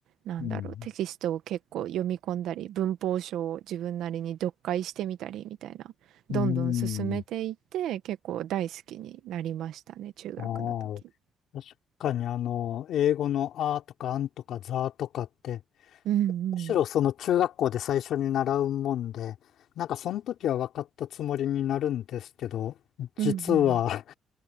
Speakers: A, on the right; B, on the left.
A: なんだろうテキストを結構読み込んだり文法書を自分なりに読解してみたりみたいなどんどん進めていって結構大好きになりましたね中学の時。
B: ん、うん。ああ、確かにあの、英語のあーとかあんとかざーとかって、
A: うんうん。
B: むしろその中学校で最初に習うもんで、なんかその時は分かったつもりになるんですけど、実は
A: うんうん。